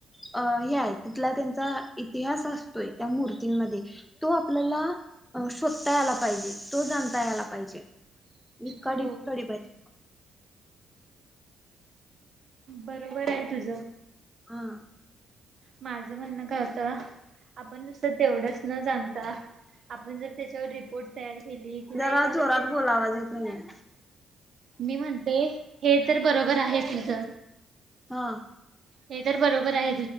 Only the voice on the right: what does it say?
हो
बरोबर आहे तुझ
माझ म्हणणं काय होत आपण नुसतं तेवढंच न जाणता आपण जर त्याच्यावर रिपोर्ट तयार केली किंवा
एखाद
प्रेझन
मी म्हणते हे तर बरोबर बर आहे तुमचं
हे तर बरोबर आहे